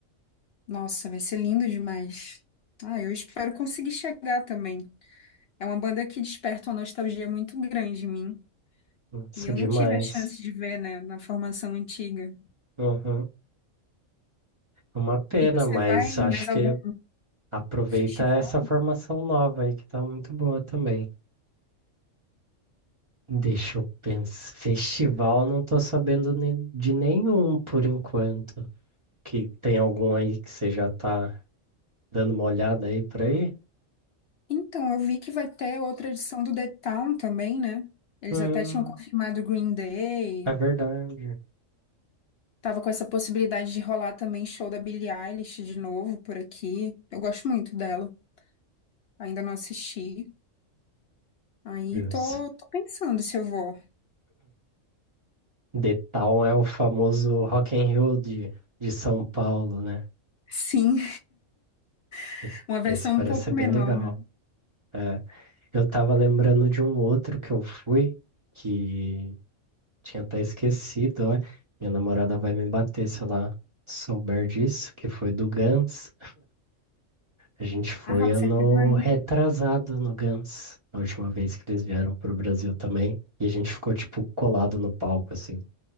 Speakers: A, on the left (about 60°); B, on the right (about 30°).
A: Nossa, vai ser lindo demais. Ah, eu espero conseguir chegar também. É uma banda que desperta uma nostalgia muito grande em mim,
B: Nossa,
A: e eu
B: demais.
A: não tive a chance de ver, né, na formação antiga.
B: Uhum. Uma pena,
A: E você
B: mas
A: vai em
B: acho
A: mais
B: que
A: algum
B: aproveita
A: festival?
B: essa formação nova aí que tá muito boa também. Deixa eu pensar. Festival, não tô sabendo ne- de nenhum por enquanto. Que tem algum aí que você já tá dando uma olhada aí por aí.
A: Então, eu vi que vai ter outra edição do The Town também, né? Eles
B: Hum,
A: até tinham confirmado o Green Day.
B: é verdade.
A: Tava com essa possibilidade de rolar também show da Billie Eilish de novo por aqui. Eu gosto muito dela. Ainda não assisti. Aí
B: Jus.
A: tô, tô pensando se eu vou.
B: The Town é o famoso Rock in Rio de, de São Paulo, né?
A: Sim, <laughs>
B: Esse,
A: uma versão
B: esse parece
A: um pouco
B: ser
A: menor,
B: bem legal.
A: né?
B: É, eu tava lembrando de um outro que eu fui, que tinha até esquecido, ó. Minha namorada vai me bater se ela souber disso, que foi do Guns. A gente foi
A: Ah, você
B: ano
A: pegou aí.
B: retrasado no Guns, a última vez que eles vieram pro Brasil também. E a gente ficou, tipo, colado no palco, assim.